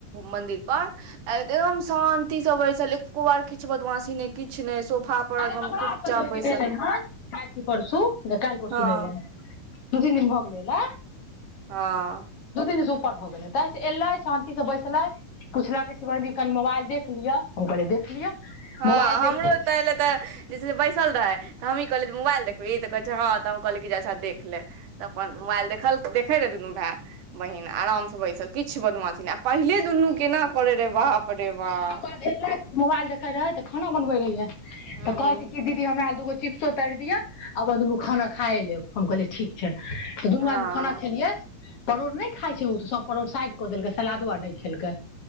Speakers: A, on the right; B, on the left.
A: मदिर परदम शानंि सब बैस एको बार किछु बदमाशी नहि किछु नहि सोफा पर
B: अरे
A: एकदम
B: हमरा
A: चुपचाप
B: आर पर जे ओहि दिन
A: बैसल
B: एलै हेन काल्हि क परसू काल्हि परसू
A: हँ
B: नहि एलै हँ नुदी निम होग गेलिय अल
A: हँ
B: द तन स ऊर भ गेले तां से एले शानंि से बैसले पुछल सवी कनि मोबाइल देख लियअ हम कहहिले देख लिअ
A: हँ
B: मोबाइल
A: हमरो
B: देख
A: तऽहिलए तऽ जे से बैसल रहै तऽ हमी कहलियै मोबाइल देखबै ई तऽ कहै छै हँ त कहल जेा देख ले तऽ अपन मोबाइल देख देखल देखे रहे दुनू भाय बहिन आरामसँ बैसल किछु बदुआथिीन आ पहिले दुनू केना करे रहे बाप रे बाप
B: आ ब मोबाइल देखे रह तऽ खाना बनबै रहियै
A: हूँ
B: तऽ कहै छै कि दीदी हमरा दूगो चिप्सो त दिया आ बाद दुनू खाना खाए लेब हम कहलियै ठीक छै तऽ दुनू
A: हँ
B: आदमी खाना खेलियै परोड़ नहि खाइ छै ओ तऽ सभ परोड़ साइड कऽ देलकै सलादो आर नहि खेलकै